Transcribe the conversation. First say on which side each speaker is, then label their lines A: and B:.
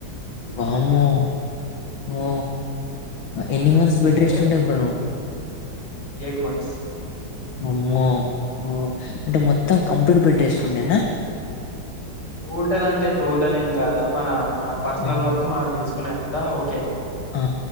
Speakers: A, on the left (about 85°); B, on the left (about 60°).
A: వామ్మో మో ఎన్ని మంత్స్
B: ఇరిగితే
A: బెడ్ రెస్ట్ ఉండే బ్రో నువ్
B: ఎయిట్ మంత్స్
A: అమ్మో ఆ అంటే మొత్తం కంప్లిట్ బెడ్ రేస్ట్ ఉండేనా
B: టోటల్ అంటే టోటల్ ఏం కాదు మన మన పర్సనల్
A: హుహు.
B: వర్క్ మనం చేసుకునే అంతా ఓకే
A: ఆ